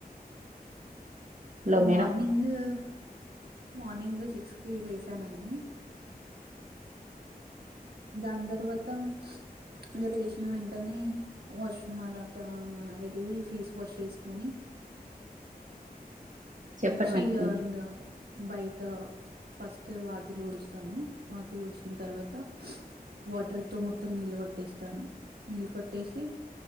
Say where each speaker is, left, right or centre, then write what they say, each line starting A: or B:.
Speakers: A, on the right; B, on the right.
A: Hello madam
B: morning morning six కి లేసానండి. దాన్ తర్వాత ఇగ లేశిన వెన్ టనే వాష్రూమ్ అలాగా మా వెళ్ళి ఫేస్ వాష్ చేస్కొని
A: చెప్పండి
B: వచ్చి
A: మేడం
B: ఆ ఇంగ బై ట్ ఫస్ట్ వాకిలు ఉడుస్తాను. వాకిల్ ఊడ్చిన్ తర్వాత వాటర్ తో మొత్తం నీళ్ళు కొట్టేస్తాను. నీళ్ళు కొట్టేసి